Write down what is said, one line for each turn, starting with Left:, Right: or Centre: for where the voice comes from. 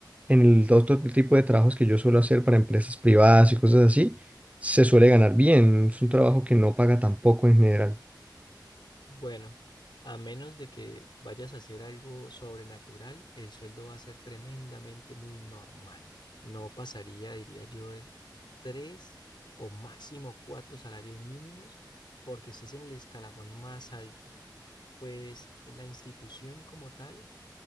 Right: en el otro tipo de trabajos que yo suelo hacer para empresas privadas y cosas así, se suele ganar bien. Es un trabajo que no paga tampoco en general.
Left: bueno, a menos de que vayas a hacer algo sobrenatural, el sueldo va a ser tremendamente muy normal. No pasaría, diría yo, de tres o máximo cuatro salarios mínimos porque estés en el escalafón más alto. Pues la institución como tal